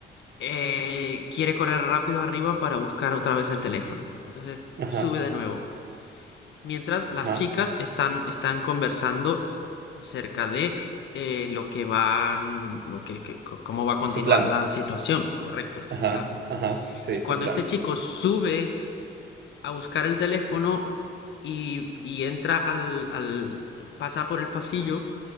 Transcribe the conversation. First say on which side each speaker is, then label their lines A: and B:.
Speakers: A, on the left (about 65°); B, on the right (about 55°).
A: eh, quiere correr rápido arriba para buscar otra vez el teléfono. Entonces
B: Ajá,
A: sube de nuevo. Mientras las
B: ajá.
A: chicas están, están conversando acerca de eh, lo que van, lo que, que- co- cómo va a continuar
B: Su plan.
A: la situación, correcto, su
B: Ajá,
A: plan.
B: ajá. Sí,
A: Y cuando
B: su plan.
A: este chico sube a buscar el teléfono y, y entra al, al, pasa por el pasillo,